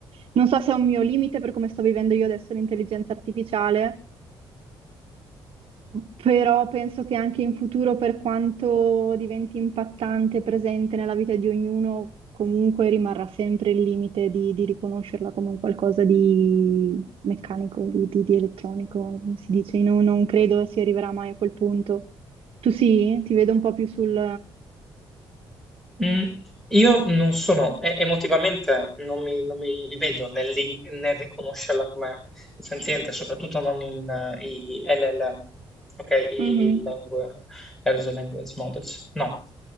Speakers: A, on the right (about 60°); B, in the centre.
A: non so se è un mio limite per come sto vivendo io adesso l'intelligenza artificiale Però penso che anche in futuro, per quanto diventi impattante e presente nella vita di ognuno, comunque rimarrà sempre il limite di, di riconoscerla come un qualcosa di meccanico, di, di- di elettronico, come si dice. Io non non credo si arriverà mai a quel punto. Tu sì? Ti vedo un po' più sul...
B: Mm, io non sono, e- emotivamente non mi, non mi rivedo nel, lin- nel riconoscerla come senziente, soprattutto non in eh, i LLM, ok? I
A: Mhm,
B: langu- Large Language Models, no.